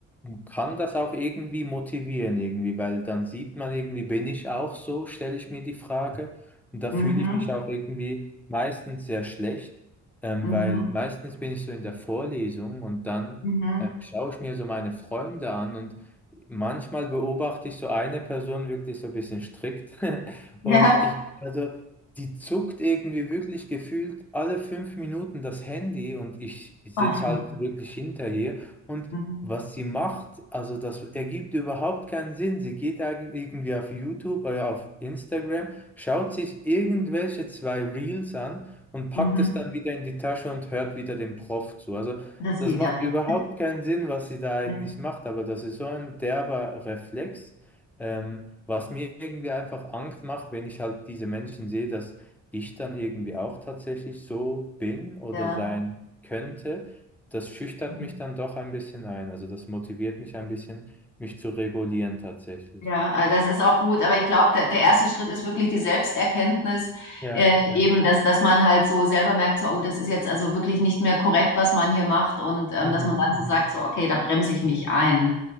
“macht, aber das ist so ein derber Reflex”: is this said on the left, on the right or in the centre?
Centre